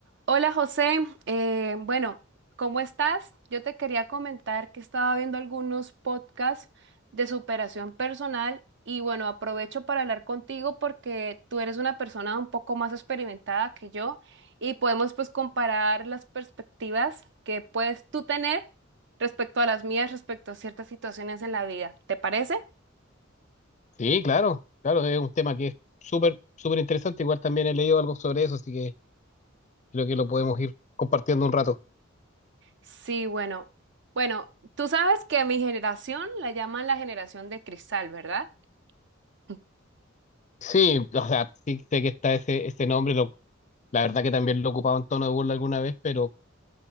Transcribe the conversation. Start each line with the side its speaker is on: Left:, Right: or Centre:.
Right: Hola José, Eh, bueno, ¿cómo estás? Yo te quería comentar que estaba viendo algunos podcasts de superación personal y bueno, aprovecho para hablar contigo porque tú eres una persona un poco más experimentada que yo y podemos pues comparar las perspectivas que puedes tú tener respecto a las mías, respecto a ciertas situaciones en la vida. ¿Te parece?
Left: Sí, claro, claro, es un tema que es súper, súper interesante. Igual también he leído algo sobre eso, así que creo que lo podemos ir compartiendo un rato.
Right: Sí, bueno, bueno, tú sabes que a mi generación la llaman la generación de cristal, ¿verdad? <laughs>
Left: Sí, o sea, sí sé que está ese, ese nombre, lo- la verdad que también lo ocupaba en tono de burla alguna vez, pero